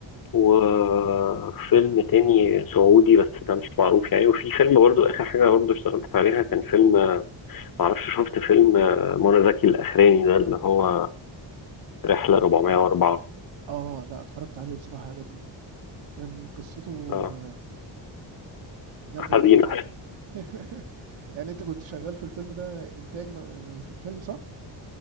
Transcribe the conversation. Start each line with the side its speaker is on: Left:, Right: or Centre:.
Left: وفيلم تاني سعودي بس ده مش معروف يعني وفي فيلم برضو آخر حاجة برضو اشتغلت عليها كان فيلم آه، معرفش شفت فيلم آه، منى زكي الأخراني ده اللي هو رحلة 404
Right: اه لا اتفرجت عليه بصراحة عجبني كان قصته
Left: اه
Right: آه، جامدة
Left: حزينة
Right: جدا <laughs> يعني انت كنت شغال في الفيلم ده انتاج م- آه، في الفيلم صح